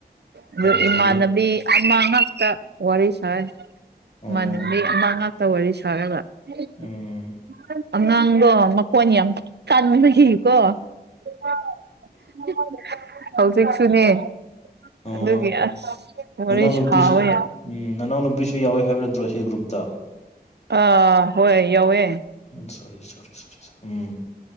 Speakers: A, on the right; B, on the left.
A: ꯑꯗꯨ
B: ꯌꯥꯝ ꯐꯩꯌꯦ
A: ꯏꯃꯥꯟꯕꯤ ꯑꯃ ꯉꯛꯇ ꯋꯥꯔꯤ ꯁꯥꯔ‌ꯦ
B: ꯑꯣ
A: ꯏꯃꯥꯟꯅꯕꯤ ꯑꯃ ꯉꯛꯇ ꯋꯥꯔꯤ ꯁꯥꯔꯒ <unintelligible>
B: ꯎꯝ
A: ꯑꯉꯥꯡꯗꯣ ꯃꯀꯣꯟ ꯌꯥꯝ ꯀꯥꯟꯒꯤ ꯀꯣ <unintelligible> ꯍꯧꯖꯤꯛꯁꯨꯅꯦ
B: ꯑꯣ
A: ꯑꯗꯨꯒꯤ ꯑꯁ ꯋꯥꯔꯤ
B: ꯅꯅꯥꯎ ꯅꯨꯄꯤꯁꯨ
A: ꯁꯥꯕ ꯌꯥ
B: ꯎꯝ ꯅꯅꯥꯎ ꯅꯨꯄꯤꯁꯨ ꯌꯥꯎꯋꯤ ꯍꯥꯏꯕ ꯅꯠꯇ꯭ꯔꯣ ꯁꯤ ꯒ꯭ꯔꯨꯞꯇ
A: ꯑꯥ ꯍꯣꯏ ꯌꯥꯎꯋꯦ
B: ꯎꯝ ꯁꯣ ꯁꯔꯤ ꯁꯣꯔꯤ ꯎꯝ